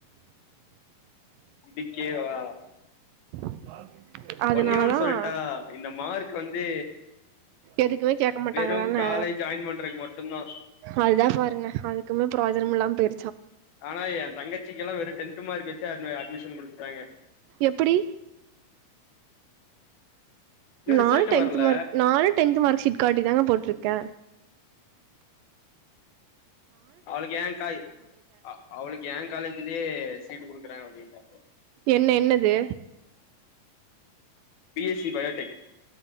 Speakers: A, on the left; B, on the right.
A: இதுக்கே வா
B: <inaudible> அதனால
A: ஒன்னே ஒன்னு
B: தான்
A: சொல்ட்டா இந்த மார்க் வந்து
B: எதுக்குமே கேட்க மாட்டாங்க
A: வெறும்
B: தானே
A: காலேஜ் ஜாயின் பண்றக்கு மட்டும்தான்
B: அதுதான் பாருங்க அதுக்குமே பிரயோகஜனம் இல்லாமே போயி
A: ஆனா எ தங்கச்சிக்கலா வெறு டென்த் மார்க் வச் சு அந்த அட்மிஷன் குடுத்துட்டாங்கெ
B: எப்பிடி
A: இன்னு
B: நானு
A: ரிசல்ட்
B: டென்த்
A: வரல
B: மார்க் நானு டென்த் மார்க் ஷீட் காட்டி தாங்க போட்ருக்கே
A: அவளுக்கு ஏங்காய் அ அவளுக்கு ஏங் காலேஜுலே சீட்டு குடுக் கிறே அப்டின்டாங்கோ
B: என்ன என்னது
A: பி எஸ் சி பயோடெக்